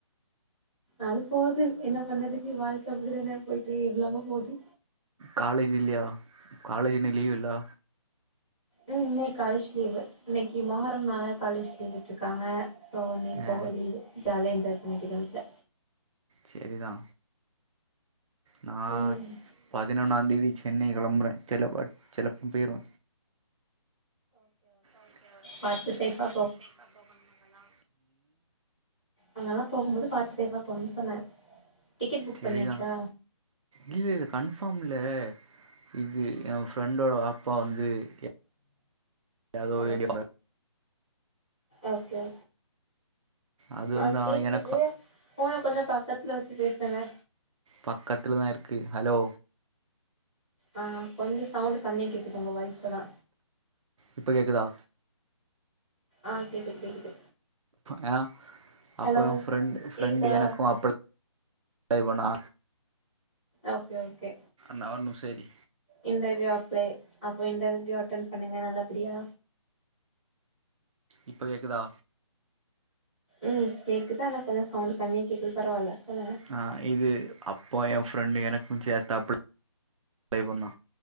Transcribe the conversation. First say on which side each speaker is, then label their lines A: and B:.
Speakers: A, in the centre; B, on the right.
A: அது போது என்ன பண்ணதுக்கு வாழ்க்க அப்டிதானே போயிட்டு இவ்ளாம போது
B: காலேஜ் இல்லியா காலேஜ் இன்னிக்கி லீவு இல்லா
A: ம் இன்னைக் காலேஜ் லீவு இன்னைக்கி மொஹரம்னால காலேஜ் லீவ் விட்ருக்காங்க சோ இன்னைக்
B: ஆ
A: போல லீவு ஜாலியா என்ஜாய் பண்ட்ருக்க வீட்ல
B: செரிதா நா
A: ம்
B: பதினொன்னாந்தேதி சென்னை கெளம்புற செலப்ப செலப்புன் போயிருவ ஓகே ஓகே
A: பாத்து சேஃபா
B: பாத்து சேஃபா போகணும் அங்கலா
A: அங்கலா போகும்போது பாத்து சேஃபா போங்கன் சொன்னே டிக்கெட் புக்
B: சரிதா
A: பண்ணியாச்சா
B: இல்ல இது கன்ஃபார்ம் இல்லே இது எ ஃப்ரெண்டோட வாப்பா வந்து எ வேற எதோ
A: ஹலோ
B: ஏன்டி பண்ற
A: ஓகே ஓகே
B: அது
A: ஆ
B: வந்து அவ
A: கேக்குது
B: எனக்கு
A: ஃபோன கொஞ்சொ பக்கத்ல வெச்சு பேசுங்க
B: பக்கத்துலதா இருக்கு ஹலோ
A: ஆ கொஞ்ச சவுண்டு் கம்மியா கேக்குது ஒங்க வாய்ஸு அதா
B: இப்ப கேக்குதா
A: ஆ கேக்குது கேக்குது
B: யா
A: ஹலோ
B: அப்பயு ஃப்ரெண்ட் ஃப்ரெண்டு்
A: கேக்குதா
B: எனக்கு அப் <inaudible> செய்வனா
A: ஓகே ஓகே
B: நா ஒர் நிம்சொ இரி
A: இன்டர்வியூ அப்ளை அப்போ இன்டர்வியூ அட்டன் பண்ணுங்க நல்லபடியா
B: இப்ப கேக்குதா
A: ம் கேக்குது ஆனா கொஞ்சொ சவுண்டு கம்மியா கேக்குது பரவால்ல சொல்லுங்க
B: அ இது அப்போ எ ஃப்ரெண்டு எனக்குஞ்சேத்து அப்ளை பண்ணா